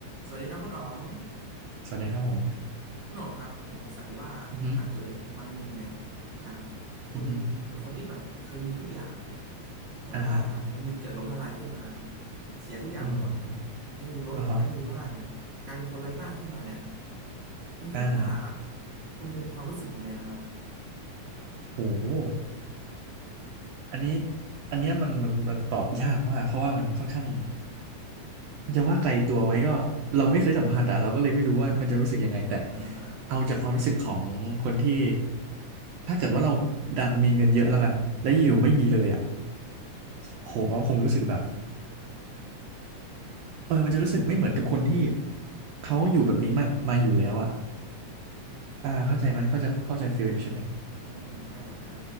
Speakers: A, on the right; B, on the right.
A: สวัสดีครับคุณอ๋อง
B: สวัสดีครับผม
A: คุณอ๋องครับผมสงสัยว่าถ้าเกิดวันหนึ่งเนี่ย
B: อือฮึ
A: จากคุณเป็นคนที่แบบเคยมีทุกอย่าง
B: อือฮึ
A: แต่ว่าวันหนึ่งเกิดล้มละลายขึ้นมา
B: อ่าฮะ
A: เสียทุกอย่างไปหมด
B: อืมอม
A: ไม่มีรถไม่มีบ้าน
B: อ่าฮะ
A: กลายเป็นคนไร้บ้านขึ้นมาเนี่ยคุณคิดว่า
B: อ่า
A: คุณจะมีความรู้สึกยังไงล่ะครับ
B: โหอันนี้ อันเนี้ยมันมันมันตอบยากมากเพราะว่ามันค่อนข้างจะว่าไกลตัวไหมก็เราไม่เคยสัมผัสอ่ะเราก็เลยไม่รู้ว่ามันจะรู้สึกยังไงแต่
A: อ่า
B: เอาจากความรู้สึกของคนที่ถ้าเกิดว่าเราดันมีเงินเยอะแล้วกันและอยู่ๆไม่มีเลยอ่ะโหมันก็คงรู้สึกแบบเออมันจะรู้สึกไม่เหมือนกับคนที่เขาอยู่แบบนี้มามาอยู่แล้วอ่ะอ่าเข้าใจไหมเข้าใจเข้าใจฟีลอยู่ใช่ไหม
A: อ่าใช่ใช่